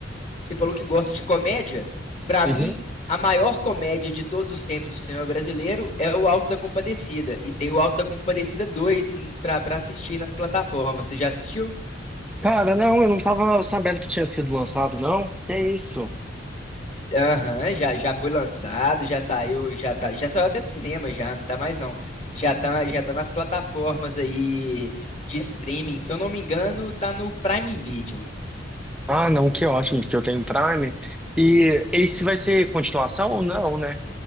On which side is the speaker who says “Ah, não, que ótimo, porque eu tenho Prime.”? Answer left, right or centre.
Centre